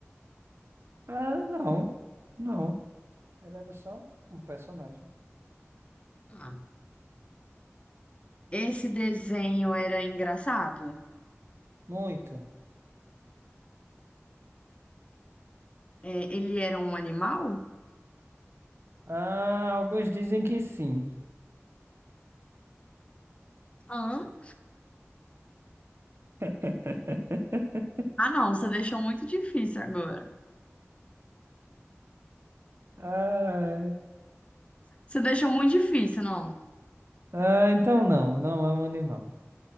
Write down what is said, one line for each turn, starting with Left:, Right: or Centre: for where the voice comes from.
Right: Ah, não. Não. Ela era só um personagem.
Left: Ah. Esse desenho era engraçado?
Right: Muito.
Left: É, ele era um animal?
Right: Ah, alguns dizem que sim.
Left: Hã?
Right: <laughs>
Left: Ah, não, você deixou muito difícil agora.
Right: Ah,
Left: Você deixou muito difícil, não.
Right: ah, então não, não é um animal.